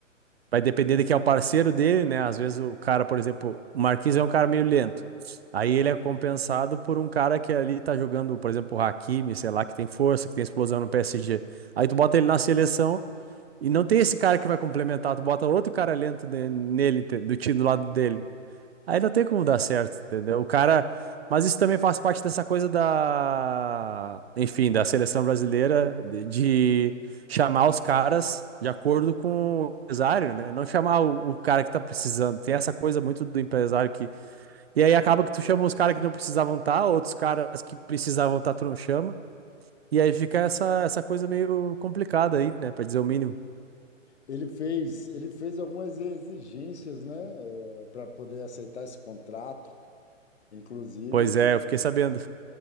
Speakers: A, on the right; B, on the left.
A: Vai depender de quem é o parceiro dele, né? Às vezes o cara, por exemplo, o Marquinhos é um cara meio lento. Aí ele é compensado por um cara que ali tá jogando, por exemplo, o Hakimi, sei lá, que tem força, que tem explosão no PSG. Aí tu bota ele na seleção e não tem esse cara que vai complementar, tu bota outro cara lento ne- nele, ente- do time do lado dele. Aí não tem como dar certo, entendeu? O cara. Mas isso também faz parte dessa coisa da. Enfim, da seleção brasileira de de chamar os caras de acordo com o empresário, né? Não chamar o, o cara que tá precisando. Tem essa coisa muito do empresário que. E aí acaba que tu chama os caras que não precisavam estar, outros caras que precisavam estar, tu não chama. E aí fica essa, essa coisa meio complicada aí, né? Pra dizer o mínimo.
B: Ele fez, ele fez algumas exigências, né, para poder aceitar esse contrato. Inclusive,
A: Pois é, eu fiquei sabendo.